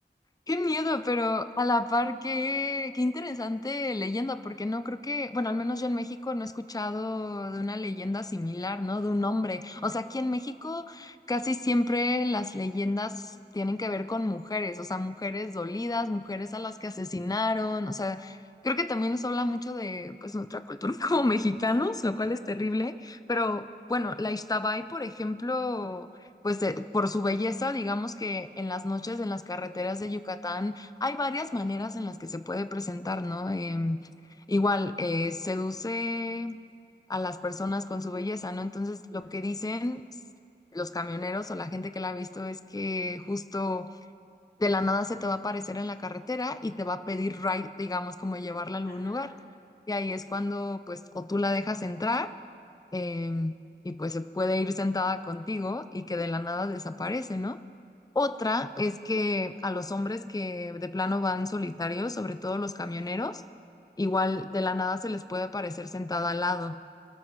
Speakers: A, on the left (about 20°); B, on the right (about 90°).
A: Qué miedo, pero a la par qué, qué interesante leyenda, porque no creo que, bueno, al menos yo en México no he escuchado de una leyenda similar, ¿no? De un hombre. O sea, aquí en México casi siempre las leyendas tienen que ver con mujeres, o sea, mujeres dolidas, mujeres
B: Ajá.
A: a las
B: <laughs>
A: que asesinaron, o sea, creo que también eso habla mucho de, pues, nuestra cultura <laughs> como mexicanos,
B: Sí,
A: lo cual
B: ajá.
A: es terrible, pero bueno, la Ixtabay, por ejemplo pues eh, por su belleza, digamos que en las noches en las carreteras
B: ujú,
A: de Yucatán hay varias maneras en las que se puede presentar, ¿no? Em, igual, eh, seduce a las personas con su belleza, ¿no? Entonces, lo
B: Ajá.
A: que dicen s- los camioneros o la gente que la ha visto es que justo de la nada se te va a aparecer en la carretera y te va a pedir ride, digamos, como llevarla a
B: Ajá,
A: algún lugar.
B: ajá.
A: Y ahí es cuando, pues, o tú la dejas entrar em, y pues se puede ir sentada contigo y que de la nada desaparece, ¿no? Otra
B: Ay, qué-
A: es que a los hombres que de plano van solitarios, sobre todo los camioneros, igual de la nada se les puede aparecer sentada al lado.